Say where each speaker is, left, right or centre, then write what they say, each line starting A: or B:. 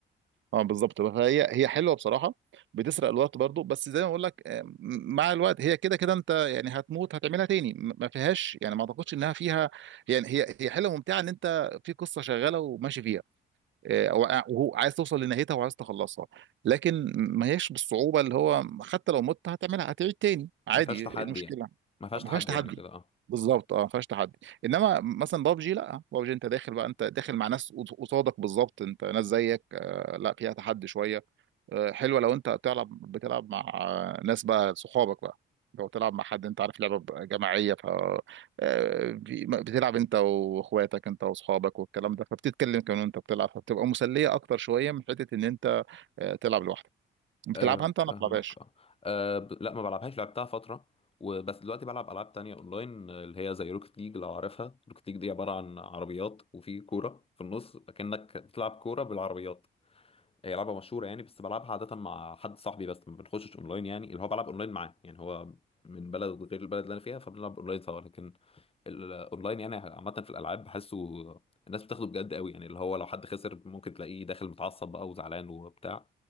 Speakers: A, on the right; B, on the left.
A: اه بالظبط فهي هي حلوه بصراحه بتسرق الوقت برضو بس زي ما بقول لك آه، مع الوقت هي كده كده انت يعني هتموت هتعملها تاني م- ما فيهاش يعني ما اعتقدش انها فيها يعني هي هي حلوه ممتعه ان انت في قصه شغاله وماشي فيها آه، أو- وهو عايز توصل لنهايتها وعايز تخلصها لكن ما هياش بالصعوبه اللي هو حتى لو مت هتعملها هتعيد تاني عادي
B: ما فيهاش تحدي
A: إيه المشكله
B: يعني ما فيهاش تحدي
A: ما فيهاش تحدي
B: يعني كده اه
A: بالظبط اه ما فيهاش تحدي انما مثلا بابجي لا بابجي انت داخل بقى انت داخل مع ناس قص- قصادك بالظبط انت ناس زيك آه، لا فيها تحدي شويه آه، حلوه لو انت بتلعب بتلعب مع آه، ناس بقى صحابك بقى لو تلعب مع حد انت عارف لعبه جماعيه آه، بي- بتلعب انت واخواتك انت واصحابك والكلام ده فبتتكلم كمان وانت بتلعب فبتبقى مسليه اكتر شويه من حته ان انت آه، تلعب لوحدك بتلعبها
B: آه،
A: انت انا
B: فاهمك
A: ما بلعبهاش
B: اه آه، ب- لا ما بلعبهاش لعبتها فتره وبس دلوقتي بلعب العاب تانية اونلاين آه، اللي هي زي روكت ليج لو عارفها روكت ليج دي عباره عن عربيات وفي كوره في النص كأنك بتلعب كوره بالعربيات هي لعبة مشهورة يعني بس بلعبها عادة مع حد صاحبي بس ما بنخشش اونلاين يعني اللي هو بلعب اونلاين معاه يعني هو من بلد غير البلد اللي انا فيها فبنلعب اونلاين سوا لكن الاونلاين يعني عامة في الالعاب بحسه الناس بتاخده بجد قوي يعني اللي هو لو حد خسر ممكن تلاقيه داخل متعصب بقى وزعلان وبتاع